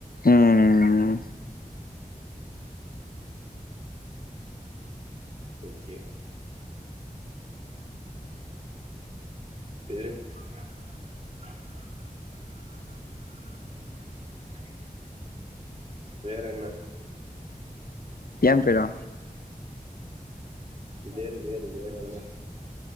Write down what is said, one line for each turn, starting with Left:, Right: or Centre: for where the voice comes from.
Left: ம்
Right: ஓகே வேறு <inaudible> வேற என்ன
Left: ஏ பெரா
Right: வேறு வேறு வேற என்ன